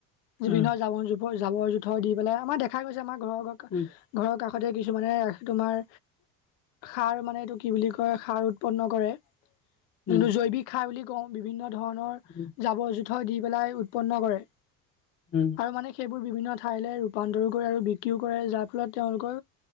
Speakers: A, on the left; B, on the left.
A: বিভিন্ন
B: উম
A: জাবৰ জোৰ জাবৰ জোথৰ দি পেলাই আমাৰ দেখা গৈছে আমাৰ ঘৰৰ
B: উম
A: ঘৰৰ কাষ সোদে কিছুমানে তোমাৰ সাৰ মানে এইটো কি বুলি কয় সাৰ উৎপন্ন কৰে
B: উম
A: যোনটো জৈৱিক খাই বুলি কওঁ বিভিন্ন ধৰণৰ
B: উম
A: জাবৰ জো দি পেলাই উৎপন্ন কৰে
B: উম।
A: আৰু মানে সেইবোৰ বিভিন্ন ঠাইলৈ বান্দৰ কৰে আৰু বিক্ৰীও কৰে যাৰ ফলত তেওঁলোকৰ